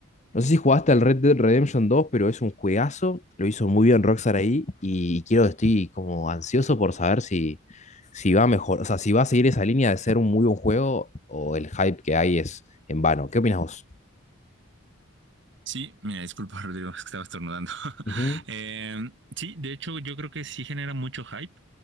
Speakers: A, on the left (about 35°); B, on the right (about 60°).
A: No sé si jugaste al Red Dead Redemption dos pero es un juegazo. Lo hizo muy bien Rockstar ahí y quiero, estoy como ansioso por saber si, si va mejor, o sea, si va a seguir esa línea de ser un muy buen juego o el hype que hay es en vano. ¿Qué opinas vos?
B: Sí, mira, disculpa, <laughs> Rodrigo, es que estaba estornudando. <laughs>
A: Ujú.
B: Eh, sí, de hecho, yo creo que sí genera mucho hype